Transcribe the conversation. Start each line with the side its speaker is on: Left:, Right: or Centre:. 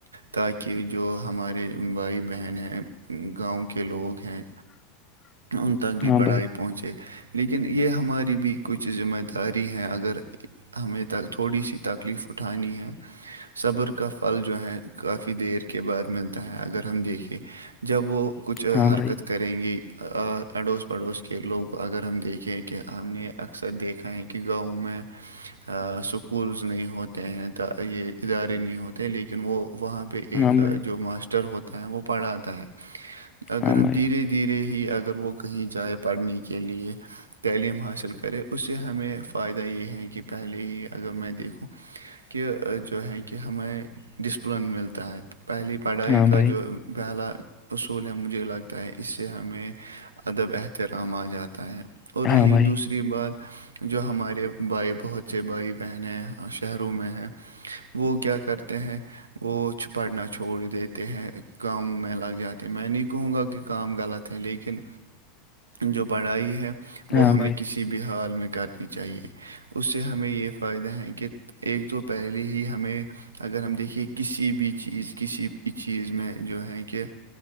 Right: تاکہ جو ہمارے بھائی بہن ہیں گاؤں کے لوگ ہیں
Left: <inaudible>
Right: ان تک بھی
Left: ہاں
Right: پڑھائی
Left: بھائی
Right: پہنچے لیکن یہ ہماری بھی کچھ ذمہ داری ہیں اگر ہمیں تھوڑی سی تکلیف اٹھانی ہے صبر کا پھل جو ہے کافی دیر کے بعد ملتا ہے اگر ہم دیکھے جب وہ کچھ
Left: ہاں
Right: حرکت
Left: بھائی
Right: کریں گی اڑوس پڑوس کے لوگ اگر ہم دیکھیں کہ ہم نے اکثر دیکھا ہے کہ گاؤں میں اسکولز نہیں ہوتے ہیں یہ ادارے نہیں ہوتے لیکن وہ وہاں پہ ایک
Left: ہاں بھائی
Right: جو ماسٹر ر ہوتا ہے وہ پڑاتا ہے اگر
Left: ہاں
Right: ہم
Left: بھائی
Right: دھیرے د دھیرے ہی اگر وہ کہیں جائے پڑھنے کے لیے تعلیم حاصل کرے اس سے ہمیں فائدہ یہ ہے کہ پہلے ہی اگر میں دیکھوں کہ جو ہے کہ ہمیں ڈسپلن ملتا ہے پہلی پڑھائی
Left: ہاں
Right: کا
Left: بھائی
Right: جو گہال اصول ہے مجھے لگتا ہے اس سے ہمیں ادب احترام آ جاتا ہے اور
Left: ہاں
Right: رہی
Left: بھائی
Right: دوسری بات جو ہمارے بھائی بہت سے بھائی بہنیں شہروں میں ہیں وہ کیا کرتے ہیں وہ چھ پڑھنا چھوڑ دیتے ہیں کاموں میں لگ جاتے میں نہیں کہوں گا کہ کام غلط تھ لیکن
Left: <inaudible>
Right: جو پڑھائی ہے وہ
Left: ہاں
Right: ہمیں
Left: بھائی
Right: کسی بھی حال میں کرنی چاہیے اس سے ہمیں یہ فائدہ ہے کہ ایک تو پہلے ہی ہمیں اگر ہم دیکھیے کسی بھی چیز کسی بھی چیز میں جو ہے کہ